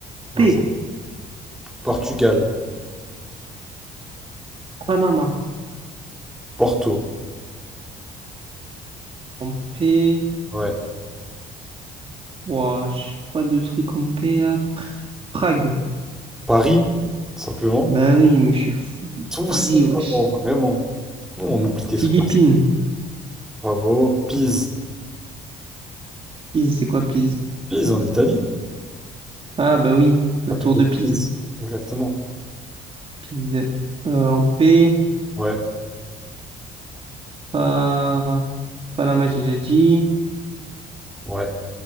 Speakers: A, in the centre; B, on the right.
A: Vas-y.
B: P.
A: Portugal.
B: Panama.
A: Porto.
B: En P.
A: Ouais.
B: Ouah, je pas de truc en P là. Prague.
A: Paris, tout simplement.
B: Bah oui, mais je suis fou.
A: Tout
B: Paris,
A: simplement,
B: wesh.
A: vraiment. Comment on oublie des
B: Philippines.
A: trucs comme ça? Bravo. Pise.
B: Pise, c'est quoi Pise?
A: Pise en Italie.
B: Ah bah oui, la
A: La tour
B: tour
A: de
B: de
A: Pise.
B: Pise.
A: Exactement.
B: Pise euh, en P
A: Ouais.
B: Pas... Panama, j'ai déjà dit.
A: Ouais.